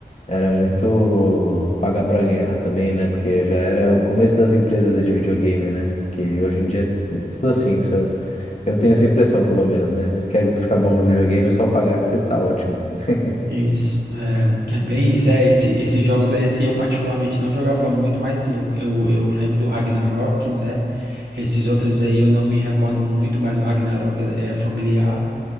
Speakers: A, on the left; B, on the right.
A: Era muito pagar pra ganhar também, né? Porque já era o começo das empresas de videogame, né? Que hoje em dia é tudo assim. se Eu eu tenho essa impressão, pelo menos, né? Quer ficar bom no videogame, é só pagar que você tá ótimo. <laughs>
B: Isso, é, é bem isso, é, esse, esses jogos aí, assim, eu particularmente não jogava muito, mas sim, eu, eu, eu lembro do Ragnarok, né, esses outros aí eu não me recordo muito, mas o Ragnarok é é familiar,